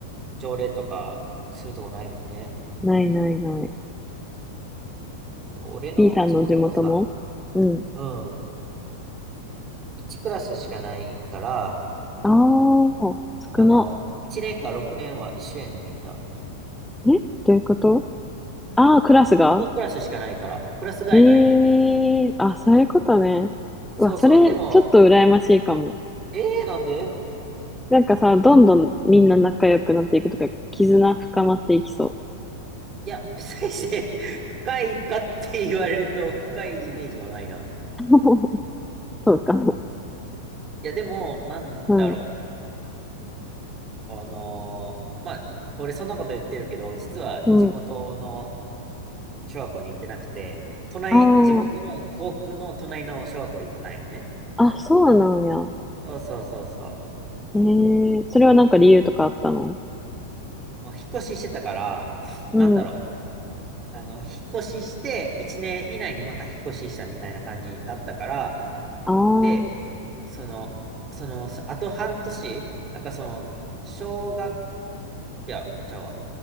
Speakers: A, on the right; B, in the centre.
A: 条例とかするとこないもんね。
B: ないないない。
A: なんか俺の地元もさ、
B: B さんの地元もうん。
A: うん、1クラスしかないから、
B: ああ、少な。
A: あの、1年か6年は一緒やねん、みんな。
B: えどういうことああー、クラスが
A: 一クラスしかないから、クラス替えないねん。
B: へえ、あ、そういうことね。
A: そうそう。
B: うわ、それ、
A: でも、
B: ちょっと羨ましいかも。
A: ええー、なんで
B: なんかさ、どんどんみんな仲良くなっていくとか、絆深まっていきそう。
A: いや、別にして <laughs> 深いかって言われると深いイメージはないな。
B: <laughs> そうかも。
A: いや、でも、なんだろ
B: うん。
A: う。あのーまあ、俺そんなこと言ってるけど、実は地元の
B: うん。
A: 小学校に行ってなくて、隣、
B: あ
A: 地元の校区の隣の小学校行ってたんよね。
B: あ、あ、そうなんや。
A: そうそうそうそう。
B: ええそれはなんか理由とかあったの
A: まあ引っ越ししてたから、
B: うん。
A: なんだろう。あの、引っ越しして、1年以内にまた引っ越ししたみたいな感じだったから、
B: ああ、
A: で、その、その、そあと半年、なんかその、小学、じゃ、ちゃあ、